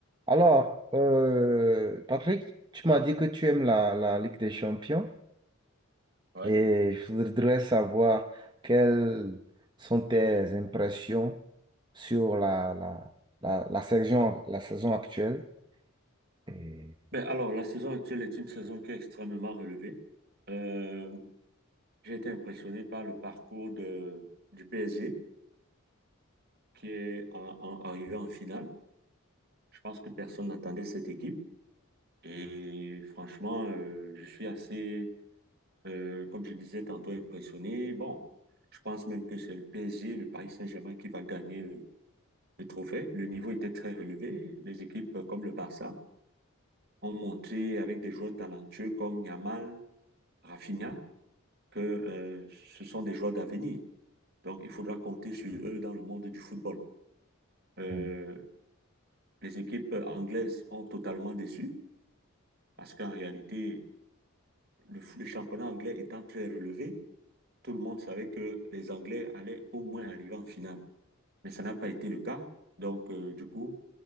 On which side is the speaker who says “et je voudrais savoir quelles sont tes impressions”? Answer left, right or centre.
Right